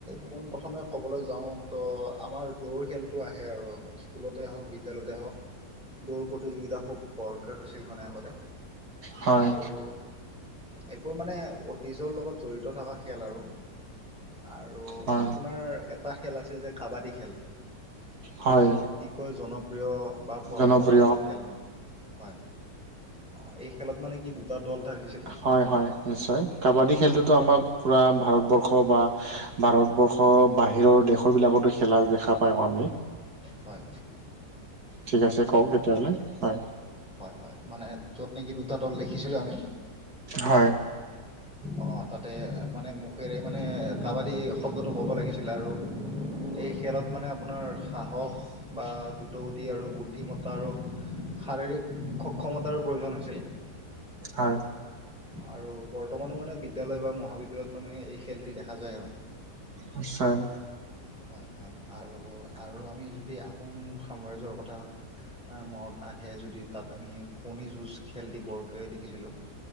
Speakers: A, in the centre; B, on the right (about 60°).
A: পোনপ্ৰথমে ক'বলৈ যাওঁ ত আমাৰ দৌৰ খেলটো আহে আৰু। স্কুলতে হওঁক, বিদ্যালয়তে হওঁক দৌৰ প্ৰতিযোগিতা খুব বৰ দৰকাৰ হৈছিল মানে আগতে
B: হয়
A: আৰু এইবোৰ মানে অতীজৰ লগত জড়িত থকা খেল আৰু। আৰু
B: হয়
A: আপোনাৰ এ টা খেল আছিল যে কাবাডী খেল, যিটো
B: হয়
A: অতিকৈ জনপ্ৰিয় বা পৰম্পৰাগত
B: জনপ্ৰিয়
A: খেল মানে হয়। অ', এই খেলত মানে কি দুটা দল থাকিছিল।
B: হয়-হয় নিশ্চয়।
A: উম,
B: কাবাডী খেলটোতো আমাৰ পূৰা ভাৰতবৰ্ষ বা ভাৰতবৰ্ষৰ বাহিৰৰ দেশৰ বিলাকতো খেলা দেখা পায় আমি।
A: হয়।
B: ঠিক আছে কওঁক তেতিয়াহ'লে, হয়।
A: হয়-হয় মানে যত নেকি দুটা দল দেখিছিলোঁ আমি।
B: হয়।
A: অ' তাতে মানে মুখেৰে মানে কাবাডী শব্দটো ক'ব লাগিছিলে আৰু এই খেলত মানে আপোনাৰ সাহস বা দ্ৰুতগতি আৰু বুদ্ধিমতা আৰু শাৰীৰিক সক্ষমতাৰো প্ৰয়োজন হৈছিল।
B: হয়।
A: আৰু বৰ্তমানো মানে বিদ্যালয় বা মহাবিদ্যালয়ত মানে এই খেলটি দেখা যায় আৰু।
B: নিশ্চয়।
A: হয়-হয় আৰু-আৰু আমি যদি আহোম সাম্ৰাজ্যৰ কথা আ মৰত আহে যদি তাত আমি কণী যুঁজ খেল দি বৰকে দেখিছিলোঁ।